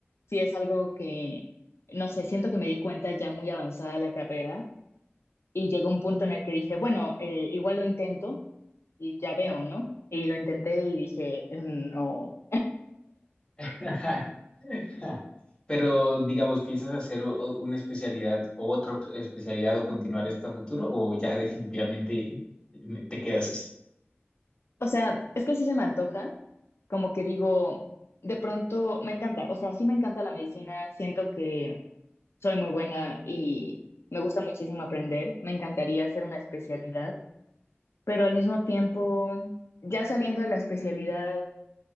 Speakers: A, on the left (about 75°); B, on the left (about 20°).
A: sí es algo que, no sé, siento que me di cuenta ya muy avanzada la carrera y llegó un punto en el que dije, bueno, eh, igual lo intento y ya veo, ¿no? Y lo intenté y dije, mm, no,
B: <laughs> <laughs> Ja. Pero, digamos, ¿piensas hacer o- o una especialidad o otra op- especialidad o continuar esta futuro o ya definitivamente <laughs> te quedas así?
A: o sea, es que sí se me antoja, como que digo, de pronto me encanta, o sea, sí me encanta la medicina, siento que soy muy buena y me gusta muchísimo aprender. Me encantaría hacer una especialidad, pero al mismo tiempo, ya saliendo de la especialidad,